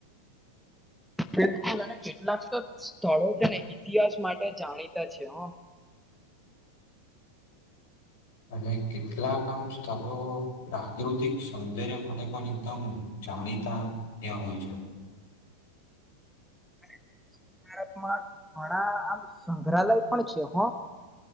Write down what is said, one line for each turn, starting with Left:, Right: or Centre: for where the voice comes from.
Centre: <inaudible> બિલકુલ અને કેટલાક તો સ્થળો છે ને ઇતિહાસ માટે જાણીતા છે હ
Left: અને કેટલાક આમ સ્થળો પ્રકૃતિક સૌંદર્ય માટે પણ એકદમ જાણીતા ત્યાં હોય છે.
Centre: અને દક્ષિણ ભારતમાં ઘણા આમ સંગ્રહાલય પણ છે હ.